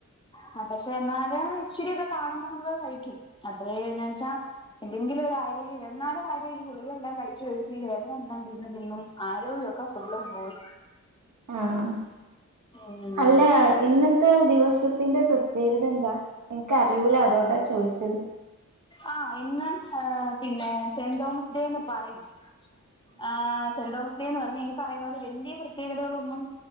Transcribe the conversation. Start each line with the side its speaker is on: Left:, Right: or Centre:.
Left: ആഹ് പക്ഷെ എന്നാല് ഇച്ചിരിയൊക്കെ കാണുമ്പോ നമ്മള് കഴിക്കും അത്രേ എന്നെച്ച എന്തെങ്കിലും ഒരു ആരോഗ്യ എന്നാലും മളെ ഈ ഗളികളെല്ലാം കഴിച്ച് കഴിച്ച് ഈ വേദന ഒന്നാണ്ട് <unintelligible> ദൈവമേ ആരോഗ്യം ഒക്കെ ഫുള്ളും പോയി
Right: ആഹ്
Left: ഉം
Right: അല്ല ഇന്നത്തെ ദിവസത്തിന്റെ പ്രത്യേകത എന്താ എനിക്ക് അറിയൂല അതോണ്ടാ ചോദിച്ചത്
Left: ആഹ് ഇന്ന് പിന്നെ സെന്റ് തോമസ് ഡേന്ന് പറയും ആഹ് സെന്റ് തോമസ് ന്ന് പറഞ്ഞ ഈ പറയുന്ന പോലെ വലിയ പ്രത്യേകതകളൊന്നും